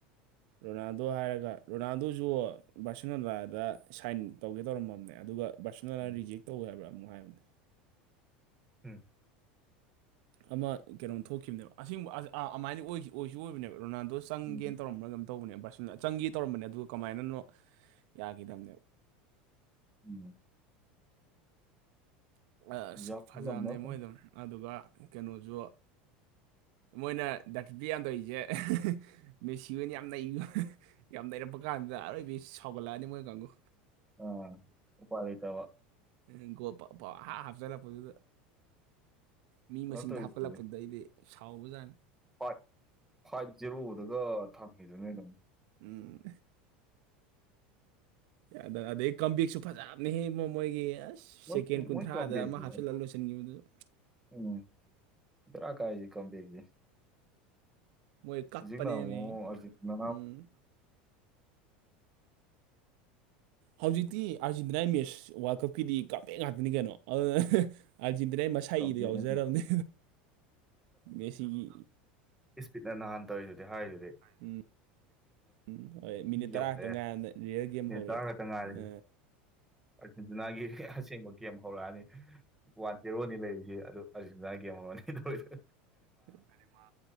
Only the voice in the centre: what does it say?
ꯎꯝ
ꯎꯝ
ꯎꯝ
<inaudible>
ꯌꯥꯎꯁꯜꯂꯝꯕꯅ
ꯐꯩ
ꯑ ꯎꯄꯥꯏ ꯂꯩꯇꯕ
ꯀꯩꯅꯣ
ꯇꯧꯔꯤꯗꯨꯗꯤ
ꯐꯥꯏꯚ ꯐꯥꯏꯚ ꯖꯦꯔꯣꯗꯒ ꯊꯝꯉꯤꯗꯨꯅꯦ ꯑꯗꯨꯝ
ꯃꯣꯏ
ꯃꯣꯏ ꯀꯝꯕꯦꯛꯁꯦ
ꯎꯝ ꯕꯦꯔꯥ ꯀꯥꯏ ꯀꯝꯕꯦꯛꯇꯤ
ꯍꯧꯖꯤꯛꯅ ꯑꯃꯨꯛ ꯑꯔꯖꯦꯟꯇꯤꯅꯥ
ꯀꯝꯕꯦꯛꯅ
ꯇꯧꯋꯦ
ꯐꯤꯠꯅ ꯅꯍꯥꯟ ꯇꯧꯔꯤꯗꯨꯗꯤ ꯍꯥꯏꯔꯤ
ꯌꯧꯔꯛꯑꯦ
ꯃꯤꯅꯤꯠ
ꯇꯔꯥ ꯈꯛꯇ ꯉꯥꯏꯔꯦ
ꯑꯥꯔꯖꯦꯟꯇꯤꯅꯥꯒꯤ ꯑꯁꯦꯡꯕ ꯀꯦꯝ ꯍꯧꯔꯛꯑꯅꯤ ꯋꯥꯟ ꯖꯦꯔꯣꯅꯤ ꯂꯩꯔꯤꯁꯤ ꯑꯗꯨ ꯑꯥꯔꯖꯦꯟꯇꯤꯅꯤꯅꯒꯤ ꯒꯦꯝꯑꯣꯅꯦ ꯇꯧꯔꯤꯗꯨ